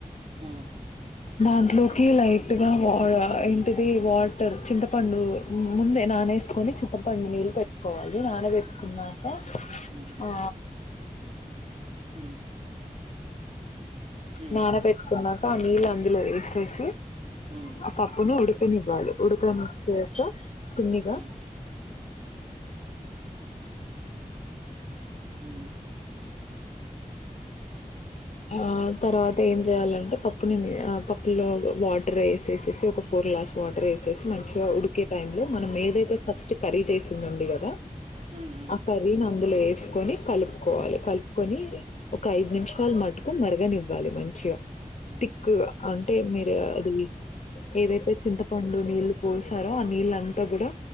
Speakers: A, on the right; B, on the left.
A: హ్మ్
B: దాంట్లోకి లైట్ హ్మ్ ఆ ఇ హ్మ్ తది వాటర్ చింతపండు ముందే నానేసుకొని చింతపండుని పెట్టుకోవాలి నానబట్టుకున్నాక
A: హ్మ్
B: ఆ
A: హ్మ్ హ్మ్
B: నాన పెట్టుకున్నాక ఆ నీళ్ళు అందులో వేసి చేసి
A: హ్మ్
B: అ పాపును ఉడుకనివ్వాలి ఉడుకని చిమ్న్గా
A: హ్మ్ మ్
B: ఆ తర్వాత ఏం చేయాలంటే పప్పుని ఆ పప్పులో వాటర్ వేసేసేసి ఒక ఫోర్ గ్లాస్ వాటర్ వేసేసి మంచిగా ఉడికే టై లో మనం ఏదైతే ఫస్ట్ కర్రీ చేసిందండి కదా
A: హ్మ్ హ్మ్
B: ఆ కర్రీని అందులో వేసి కోనీ కలుపుకోవాలి కలుపుకొని ఒక ఐదు నిమిషాలు మట్ మరగనివ్వాలి మంచిగా
A: హ్మ్
B: థిక్ అంటే మీరు అది ఏదైతే చింత పండు నీళ్లు పోసారో ఆ నీళ్ళ అంతా కూడా